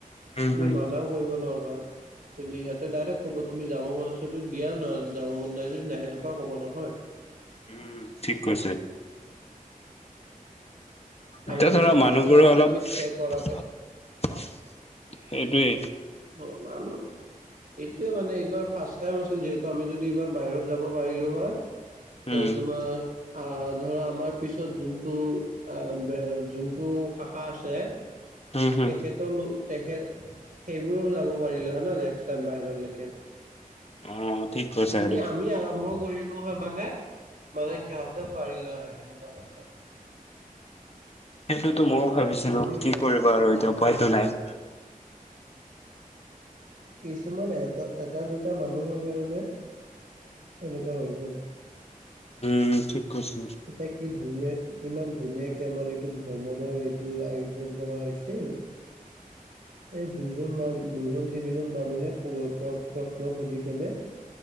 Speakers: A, on the left (about 45°); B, on the right (about 75°).
A: উম উম
B: তুমি
A: হম
B: মানাও কৰিব নোৱাৰিবা। তেন্তে সিহঁতে ডাইৰেক্ট ক'ব তুমি যাব মন আছে দিয়া না, ' যাব মন নাই যদি নাই সেনেকুৱা ক'ব নহয়।
A: উম, ঠিক কৈছে।
B: আৰু
A: এতিয়া
B: এইটো
A: ধৰা
B: ফাৰ্ষ্ট
A: মানুহবোৰ
B: টাইম আছিলে
A: অলপ
B: আমি ষ্টে
A: সেইটোৱেই।
B: কৰাকে অ', মানুহ এইটোয়ে মানে এইবাৰ ফাৰ্ষ্ট টাইম আছিল যিহেতু, আমি যদি এইবাৰ বাহিৰত যাব পাৰিলোঁ হয়।
A: উম
B: তে তোমাৰ আহ, ধৰা আমাৰ পিছত যোনটো আহ এ যোনটো শাখা আছে,
A: হম হম
B: তেখেতৰ লৈ তেখেত সেইবোৰো যাব পাৰিলে হয় ন' নেক্সট টাইম বাহিৰলৈকে!
A: অ ঠিক কৈছা
B: যদি
A: সেইটো
B: আমি আৰম্ভ কৰিলোঁ হয় মানে, মানে সিহঁতেও পাৰিলে হয় সেনেকুৱা কথা।
A: সেইটোতো মইয়ো ভাবিছিলোঁ,
B: বুজি পাইছা
A: কি কৰিবা আৰু এতিয়া উপায়টো নাই।
B: কিছুমান এটা, এটা দুটা মানুহৰ কাৰণে এনেকুৱা হৈ যায়।
A: উম, ঠিক কৈছে।
B: এতিয়া কি ধুনীয়া কিমান ধুনীয়াকে আমাৰ এইটো ভ্ৰমণৰ এইটো আয়োজন কৰা হৈছে। এই দুজন মান, দুজন তিনিজন মানুহে প্ৰশ্ন সুধি কেনে